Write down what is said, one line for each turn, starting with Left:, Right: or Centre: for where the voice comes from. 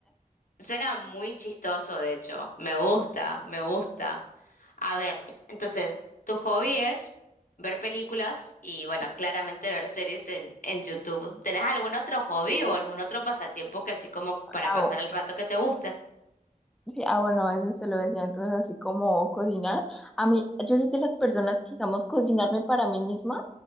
Left: Suena muy chistoso, de hecho. Me gusta, me gusta. A ver, entonces, tu hobby es ver películas y, bueno, claramente ver series en, en YouTube. ¿Tenés algún otro hobby
Centre: Sí.
Left: o algún otro pasatiempo que así como para
Centre: Ah,
Left: pasar el rato que te gusta?
Centre: Sí, ah, bueno, eso se lo decía, entonces así como cocinar. A mí, yo soy de las personas que, digamos, cocinarme para mí misma